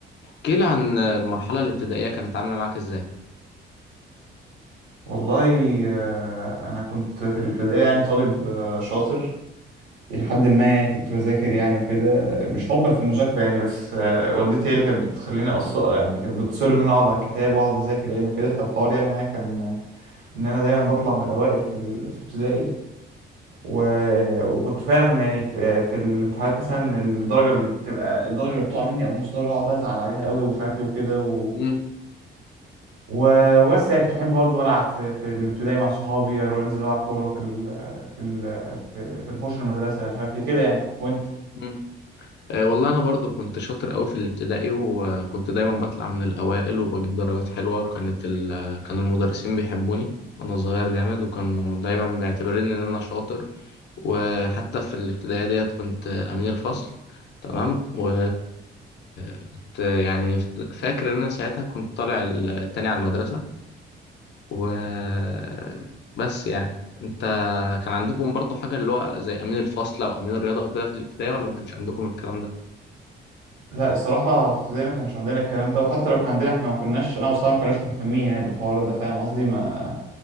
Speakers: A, on the left (about 60°); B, on the right (about 85°).
A: احكي لي عن المرحلة الابتدائية كانت عاملة معاك ازاي؟
B: والله آه، انا كنت في الابتدائي يعني طالب آه، شاطر الى حد ما يعني كنت بذاكر يعني وكده مش حبا في المذاكره يعني بس آه، والدتي هي اللي كانت بتخليني أص... يعني كانت بتصر ان انا اقعد على الكتاب واقعد اذاكر يعني وكده فالحوار يعني معايا كان آه، ان انا دايما بطلع من الاوائل في ال... في ابتدائي و... وكنت فعلا يعني في... في الامتحانات مثلا الدرجه اللي بتبقى الدرجه اللي بتقع مني او نص درجه اقعد ازعل عليها قوي ومش عارف ايه وكده و...
A: امم
B: و- وبس يعني كنت بحب برضه ألعب في, في الابتدائي مع صحابي أروح أنزل ألعب كورة في ال في ال في, في الحوش المدرسة مش عارف إيه كده يعني وأنت؟
A: امم أه والله انا برضو كنت شاطر قوي في الابتدائي وكنت دايما بطلع من الاوائل وبجيب درجات حلوة وكانت ال... كان المدرسين بيحبوني وانا صغير جامد وكانوا دايما معتبرين ان انا شاطر وحتى في الابتدائية ديت كنت امين الفصل تمام و كنت يعني فاكر ان انا ساعتها كنت طالع التاني على المدرسة وبس يعني انت كان عندكم برضو حاجة اللي هو زي أمين الفصل أو أمين الرياضة أو كده في الابتدائي ولا ما كانش عندكم الكلام ده؟
B: لا الصراحة في ابتدائي ما كانش عندنا الكلام ده وحتى لو كان عندنا إحنا ما كناش أنا وصحابي ما كناش مهتمين يعني بالحوار ده فاهم قصدي؟ ما